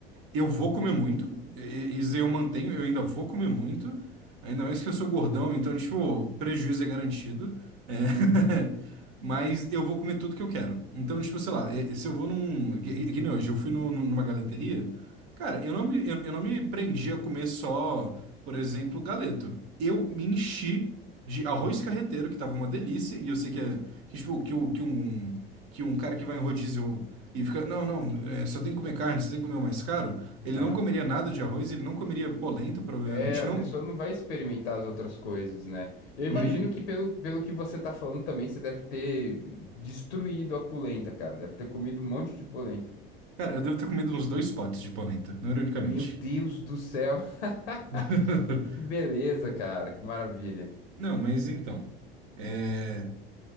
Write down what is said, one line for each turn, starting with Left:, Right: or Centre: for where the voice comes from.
Right: eu vou comer muito, e- isso aí eu mantenho, eu ainda vou comer muito, ainda mais que eu sou gordão, então, tipo, o prejuízo é garantido, é.
Left: Uhum.
Right: <laughs> Mas eu vou comer tudo que eu quero. Então, tipo, sei lá, e- se eu vou num. Que, que nem hoje, eu fui no- no- numa galeteria, cara, eu não me, eu, eu não me prendi a comer só, por exemplo, galeto. Eu me enchi de arroz carreteiro, que tava uma delícia, e eu sei que é. Que, tipo, que, o- que um, que um cara que vai em rodízio. E fica, não, não, é, só tem que comer carne, só tem que comer o mais caro.
Left: Aham.
Right: Ele não comeria nada de arroz, ele não comeria polenta, provavelmente,
Left: É, a
Right: não.
Left: pessoa não vai experimentar as outras coisas, né? Eu imagino
Right: Uhum.
Left: que pelo, pelo que você tá falando também, você deve ter destruído a polenta, cara. Deve ter comido um monte de polenta.
Right: Cara, eu devo ter comido uns dois potes de polenta, não ironicamente.
Left: Meu Deus do céu! <laughs>
Right: <laughs>
Left: Que beleza, cara. Que maravilha.
Right: Não, mas então. é,